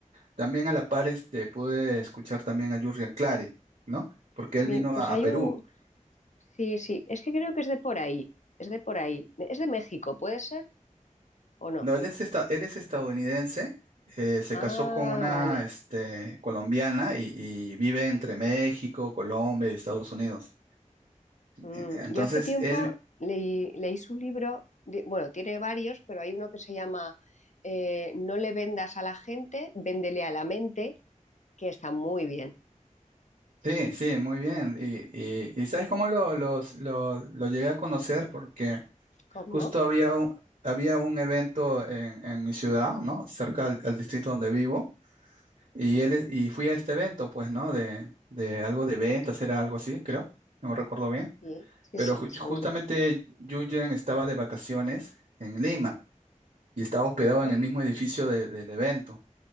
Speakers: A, on the right (about 70°); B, on the left (about 65°).
A: también a la par este, pude escuchar también a Jurrian Clary, ¿no? Porque él
B: Bien,
A: vino
B: pues
A: a,
B: hay
A: a Perú.
B: un, Sí, sí, es que creo que es de por ahí, es de por ahí. ¿Es de México, puede ser o no?
A: No, él es, esta- él es estadounidense, eh, se
B: Ah,
A: casó con una
B: vale.
A: este, colombiana y, y vive entre México, Colombia y Estados Unidos.
B: Mm,
A: E- Entonces,
B: Yo hace tiempo
A: él,
B: leí, leí su libro, di- bueno, tiene varios, pero hay uno que se llama eh, No le vendas a la gente, véndele a la mente, que está muy bien.
A: Sí, sí, muy bien. Y, y, y ¿sabes cómo lo, los, lo, lo llegué a conocer? Porque
B: ¿Cómo?
A: justo había un, había un evento en, en mi ciudad, ¿no? Cerca al, al distrito donde vivo. Y él, es- y fui a este evento, pues, ¿no? De, de algo de ventas, era algo así, creo. No me recuerdo bien.
B: Sí, sí,
A: Pero
B: sí,
A: ju-
B: seguro.
A: justamente Yuyen estaba de vacaciones en Lima y estaba hospedado
B: Ah,
A: en el mismo edificio de- del evento.